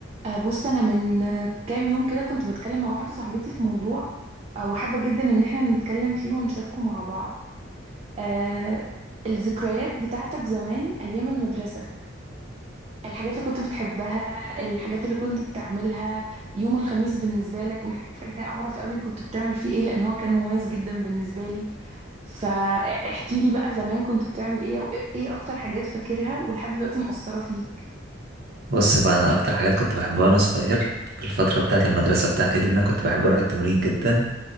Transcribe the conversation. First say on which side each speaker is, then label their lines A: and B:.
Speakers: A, on the right; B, on the right.
A: آه، بص انا من آه، كام يوم كده كنت بتكلم مع واحده صاحبتي في موضوع آه، وحابه جدا ان احنا نتكلم فيه ونشاركه مع بعض آه، الذكريات بتاعتك زمان ايام المدرسه الحاجات اللي كنت بتحبها الحاجات اللي كنت بتعملها يوم الخميس بالنسبه لك محتاجه اعرف قوي كنت بتعمل فيه ايه لان هو كان مميز جدا بالنسبه لي فاحكي لي بقى زمان كنت بتعمل ايه او ايه اكتر حاجات فاكرها ولحد دلوقتي مؤثره فيك
B: بص بقى انا اكتر حاجات كنت بحبها وانا صغير في الفتره بتاعه المدرسه بتاعتي دي ان انا كنت بحب اروح التمرين جدا